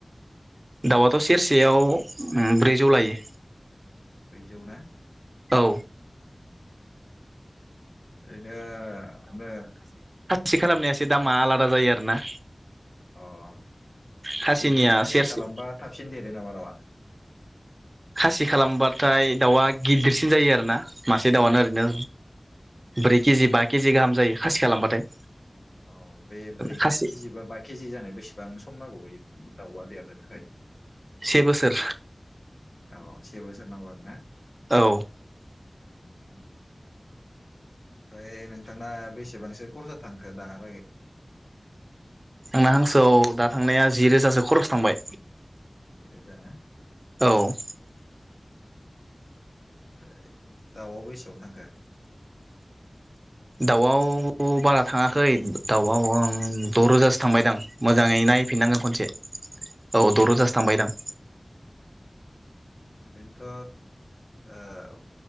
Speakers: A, on the right; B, on the left.
A: दाउआथ' सेरसेयाव उम ब्रैजौ लायो।
B: ब्रैजौ ना
A: औ
B: ओरैनो बे
A: सि खालामनाया एसे दामा आलादा जायो आरो ना
B: अ
A: खासिनिया
B: बे खासि
A: सेरसे
B: खालामबा थाबसिन देरो नामा दाउवा?
A: खासि खालामबा थाय दाउआ गिदिरसिन जायो आरो ना। मासे दाउआनो ओरैनो
B: अ
A: ब्रै केजि बा केजि गाहाम जायो खासि खालामबाथाय
B: औ बे ब्रै
A: खासि
B: केजि बा बा केजि जानाय बेसेबां सम नांगौ बेयो दाउवा देरनो थाखाय
A: से बोसोर
B: अ से बोसोर नांगौ आरो ना।
A: औ
B: <unintelligible> फ्राय नोंथांना बेसेबांसो खरसा थांखो दाहालागै
A: आंना हांसोआव दा थांनाया जि रोजासो खरस थांबाय
B: जि रोजाना
A: औ
B: ओ दाउवाव बेसेबां थांखो <inaudible>
A: दाउवाव बारा थाङाखै दाउवाव आं द' रोजासो थांबायदां मोजाङै नाय फिननांगोन खनसे औ द' रोजासो
B: औ
A: थांबायदां
B: ओरैनोथ' ओ